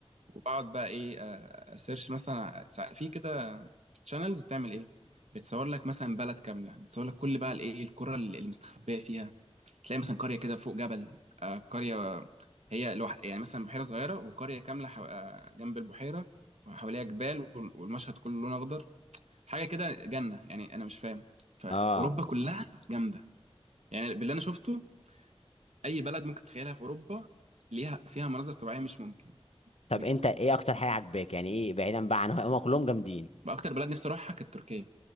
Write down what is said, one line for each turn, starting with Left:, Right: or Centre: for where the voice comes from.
Right: واقعد بقى ايه آه، اسيرش مثلا سا- في كده تشانلز بتعمل ايه بتصور لك مثلا بلد كامله بتصور لك كل بقى الايه القرى اللي مستخبيه فيها تلاقي مثلا قريه كده فوق جبل آه، قريه هي لوحد يعني مثلا بحيره صغيره وقريه كامله حو... آه، جنب البحيره وحواليها جبال وال- والمشهد كله لون اخضر حاجه كده جنه يعني انا مش فاهم فاوروبا
Left: اه
Right: كلها جامده يعني باللي انا شفته اي بلد ممكن تتخيلها في اوروبا ليها فيها مناظر طبيعيه مش ممكن
Left: طب
Right: بجد.
Left: انت ايه اكتر حاجه عاجباك يعني ايه بعيدا بقى عن هم كلهم جامدين
Right: واكتر بلد نفسي اروحها كانت تركيا